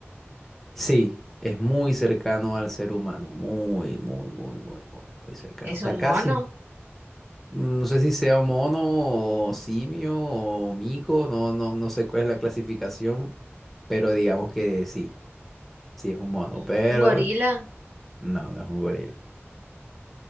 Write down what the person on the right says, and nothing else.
¿Es
un
mono?
¿Un,
un gorila?